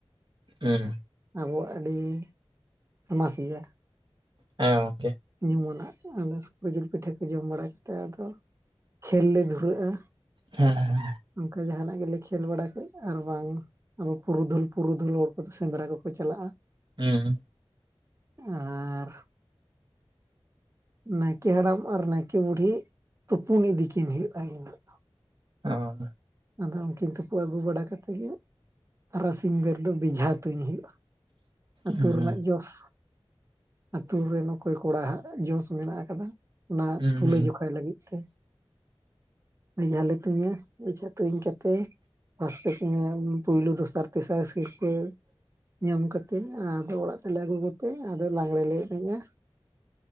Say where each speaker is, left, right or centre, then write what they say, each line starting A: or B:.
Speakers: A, on the right; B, on the right.
A: ᱦᱮᱸ
B: ᱟᱵᱚᱣᱟᱜ ᱟᱹᱰᱤ ᱯᱷᱮᱢᱟᱥ ᱜᱮᱭᱟ᱾
A: ᱦᱮᱸ ᱜᱚᱢᱠᱮ
B: ᱧᱩᱢᱩᱱᱟᱜ ᱟᱫᱚ ᱥᱤᱠᱨᱤ ᱡᱤᱞ ᱯᱤᱴᱷᱟᱹ ᱠᱚ ᱡᱚᱢ ᱵᱟᱲᱟ ᱠᱟᱛᱮᱫ ᱟᱫᱚ ᱠᱷᱮᱞ ᱞᱮ ᱫᱷᱩᱨᱟᱹᱜᱼᱟ᱾
A: ᱦᱮᱸ ᱦᱮᱸ᱾
B: ᱚᱱᱠᱟ ᱡᱟᱦᱟᱱᱟᱜ ᱜᱮᱞᱮ ᱠᱷᱮᱞ ᱵᱟᱲᱟ ᱠᱮᱫ ᱟᱨ ᱵᱟᱝ ᱟᱵᱚ ᱯᱩᱨᱩᱫᱷᱩᱞ ᱯᱩᱨᱩᱫᱷᱩᱞ ᱦᱚᱲ ᱠᱚᱫᱚ ᱥᱮᱸᱫᱽᱨᱟ ᱠᱚᱠᱚ ᱪᱟᱞᱟᱜᱼᱟ᱾
A: ᱦᱮᱸ᱾
B: ᱟᱨ ᱱᱟᱭᱠᱮ ᱦᱟᱲᱟᱢ ᱟᱨ ᱱᱟᱭᱠᱮ ᱵᱩᱰᱦᱤ ᱛᱩᱯᱩᱱ ᱤᱫᱤ ᱠᱤᱱ ᱦᱩᱭᱩᱜᱼᱟ <unintelligible>
A: ᱟᱨ
B: ᱟᱫᱚ ᱩᱱᱠᱤᱱ ᱛᱩᱯᱩ ᱟᱹᱜᱩ ᱵᱟᱲᱟ ᱠᱟᱛᱮᱫ ᱜᱮ ᱛᱟᱨᱟᱥᱤᱧ ᱵᱮᱨ ᱫᱚ ᱵᱮᱡᱷᱟ ᱛᱩᱧ ᱦᱩᱭᱩᱜᱼᱟ᱾ ᱟᱹᱛᱩ
A: ᱦᱩᱸ
B: ᱨᱮᱱᱟᱜ
A: ᱦᱩᱸ
B: ᱡᱚᱥ ᱟᱛᱩ ᱨᱮᱱ ᱚᱠᱚᱭ ᱠᱚᱲᱟ ᱦᱟᱸᱜ ᱡᱚᱥ ᱢᱮᱱᱟᱜ ᱟᱠᱟᱫᱟ ᱚᱱᱟ
A: ᱦᱩᱸ
B: ᱛᱩᱞᱟᱹ
A: ᱦᱩᱸ
B: ᱡᱠᱷᱟᱭ ᱞᱟᱹᱜᱤᱫ ᱛᱮ ᱵᱮᱡᱷᱟ ᱞᱮ ᱛᱩᱧᱟ᱾ ᱵᱮᱡᱷᱟ ᱛᱩᱧ ᱠᱟᱛᱮ <unintelligible> ᱯᱳᱭᱞᱳ ᱫᱚᱥᱟᱨ ᱛᱮᱥᱟᱨ ᱥᱤᱨᱯᱟᱹ ᱧᱟᱢ ᱠᱟᱛᱮᱜ ᱟᱫᱚ ᱚᱲᱟᱜ ᱛᱮᱞᱮ ᱟᱹᱜᱩ ᱠᱚᱛᱮ ᱟᱫᱚ ᱞᱟᱜᱽᱲᱮ ᱞᱮ ᱮᱱᱮᱡ ᱟ